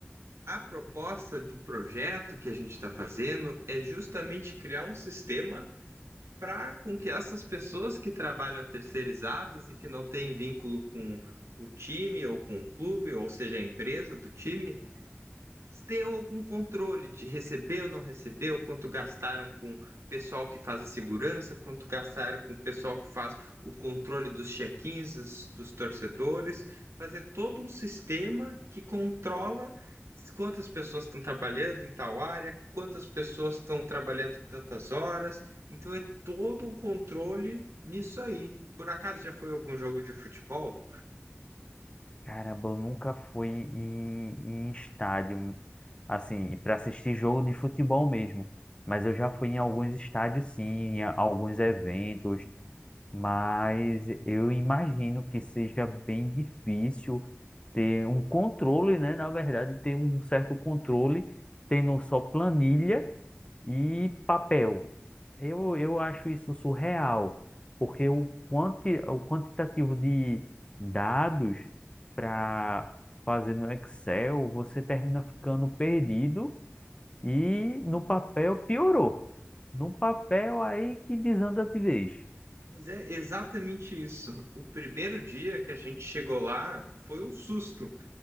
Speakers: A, on the right; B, on the left.
A: A proposta do projeto que a gente está fazendo é justamente criar um sistema para com que essas pessoas que trabalham terceirizadas e que não têm vínculo com o time ou com o clube, ou seja, a empresa do time, tenham algum controle de receber ou não receber, recebeu, quanto gastaram com o pessoal que faz a segurança, quanto gastaram com o pessoal que faz o controle dos check-ins, dos, dos torcedores, fazer todo um sistema que controla quantas pessoas estão trabalhando em tal área, quantas pessoas estão trabalhando tantas horas. Então é todo um controle nisso aí. Por acaso já foi algum jogo de futebol?
B: Caramba, eu nunca fui em, em estádio, assim, para assistir jogo de futebol mesmo. Mas eu já fui em alguns estádios, sim, em a- alguns eventos. Mas eu imagino que seja bem difícil ter um controle, né? Na verdade, ter um certo controle, tendo só planilha e papel. Eu, eu acho isso surreal, porque o, quanti, o quantitativo de dados para fazer no Excel, você termina ficando perdido e no papel piorou. No papel aí que desanda de vez.
A: Mas é exatamente isso. O primeiro dia que a gente chegou lá foi um susto.